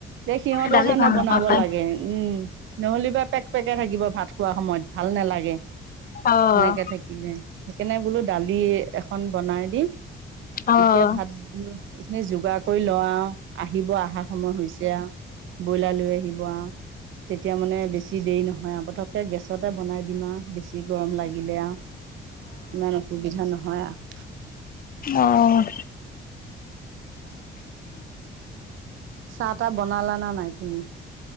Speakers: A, on the right; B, on the left.
A: সে সিহঁতৰ
B: দালি
A: কাৰণে
B: ভাল নাপাওঁ
A: বনাব
B: খাই।
A: লাগে উমঁ। নহ'লে বা পেক-পেকায় থাকিব ভাত খোৱা সময়ত ভাল নালাগে সেনেকে
B: অ'
A: থাকিলে। সেইদিনা বোলো দালি এখন বনাই দিম
B: অ'
A: এতিয়া ভাত এইখিনি যোগাৰ কৰি লওঁ আৰু। আহিব আহা সময় হৈছে আৰু ব্ৰইলাৰ লৈ আহিব আৰু। তেতিয়া মানে বেছি দেৰি নহয় আৰু পটককে গেছতে বনাই দিম আৰু বেছি গৰম লাগিলে আৰু। ইমান অসুবিধা নহয় আৰু।
B: অঁ।
A: চাহ তাহ বনালা নে নাই তুমি?